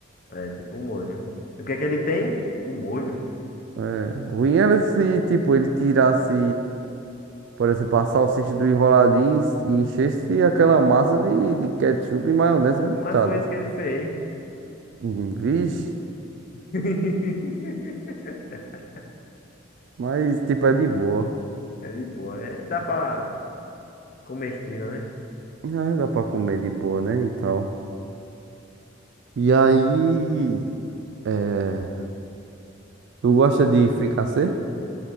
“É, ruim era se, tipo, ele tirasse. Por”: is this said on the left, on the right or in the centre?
Right